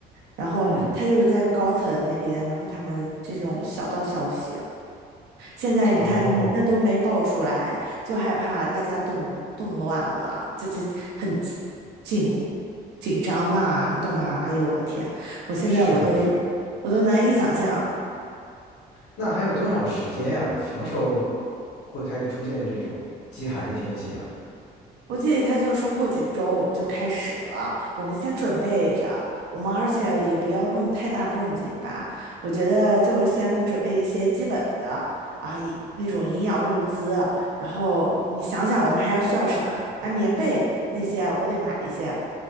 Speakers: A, on the right (about 80°); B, on the left (about 85°).
A: 然后他又在高层那边，
B: 嗯，
A: 然后他们这种小道消息。现在你看那都没爆出来，
B: 哦，
A: 就害怕大家动动乱了，这这很紧紧张嘛，你懂吗？哎呦，我天，我现在我都
B: 是是，
A: 我都难以想象。
B: 那还有多少时间呀、什么时候会开始出现这种极寒的天气啊？
A: 我记得他就说过几周就开始了，我们先准备着，我们而且也不要弄太大动静吧。我觉得就先准备一些基本的啊，一那种营养物资，然后你想想我们还要需要什么？啊，棉被那些我得买一些，